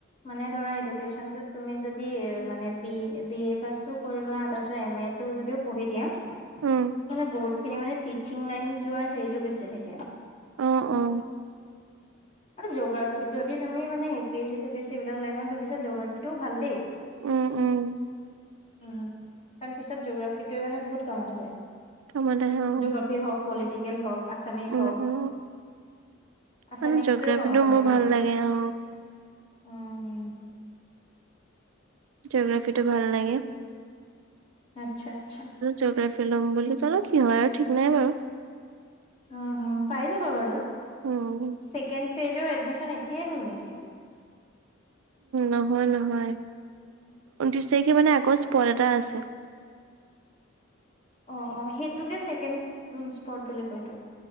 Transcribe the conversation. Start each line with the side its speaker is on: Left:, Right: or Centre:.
Left: মানে ধৰা এডুকেচন টোত তুমি যদি মানে বি এ-বি এ পাছো কৰি লোৱা তাৰপিছত এম এ তটো যদিও পঢ়ি দিয়া
Right: উম
Left: মানে বহুত খিনি মানে টিচিং লাইন যোৱাৰ হেৰিতটো বেছি থাকে।
Right: অ', অ'।
Left: আৰু জগ্ৰাফি যদি তুমি মানে AP S C C PS C এইবিলাক লাইনত ভাবিছা জোগ্ৰাফি টো ভাল দেই।
Right: উম-উম।
Left: উম, কাৰণ পিছত জগ্ৰাফিটোৱে মানে বহুত কামত আহে।
Right: কামত আহে অ
Left: জগ্ৰাফী হওঁক, পলিটিকেল হওঁক, আছামিছ
Right: উম
Left: হওঁক
Right: উম
Left: আছামিছটোৱেও
Right: মানে জগ্ৰাফিটো
Left: কামত আহে
Right: মোৰ
Left: দেই,
Right: ভাল লাগে অ
Left: উম-উম।
Right: জিঅ'গ্ৰাফি টো ভাল লাগে।
Left: আচ্ছা-আচ্ছা।
Right: জঅ'গ্ৰাফি ল'ম বুলি জানোঁ কি হয় আৰু ঠিক নাই বাৰু।
Left: উম-হুম, পাই যাবা বাৰু।
Right: উম।
Left: ছেকেণ্ড ফেজৰ এডমিশ্যন এতিয়াই হ'ল নেকি?
Right: নহয়-নহয়, ঊনত্ৰিশ তাৰিখে মানে আকৌ স্পট এটা আছে।
Left: অ', অ', সেইটোকে চছেকেণ্ড উম স্পট বুলি কয়তো।